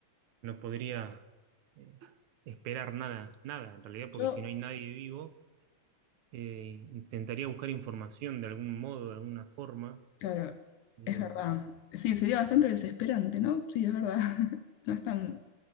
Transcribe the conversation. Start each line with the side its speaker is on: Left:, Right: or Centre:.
Right: no podría eh, esperar nada, nada en realidad, porque
Left: Yo,
Right: si no hay nadie vivo, eh, intentaría buscar información de algún modo, de alguna forma.
Left: claro,
Right: Eh,
Left: es verdad. Sí, sería bastante desesperante, ¿no? Sí, es verdad. <laughs> No es tan...